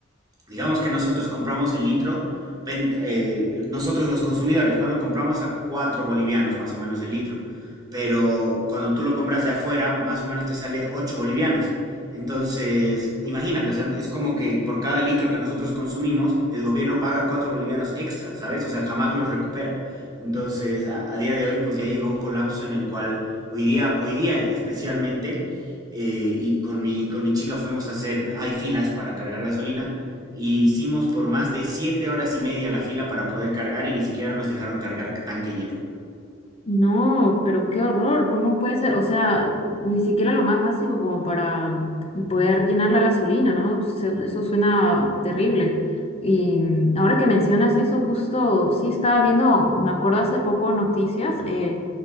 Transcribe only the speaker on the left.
No, pero qué horror, ¿cómo puede ser? O sea, ni siquiera lo más básico como para poder llenar la gasolina, ¿no? Se- Eso suena terrible. Y ahora que mencionas eso, justo sí estaba viendo, me acuerdo hace poco noticias, eh,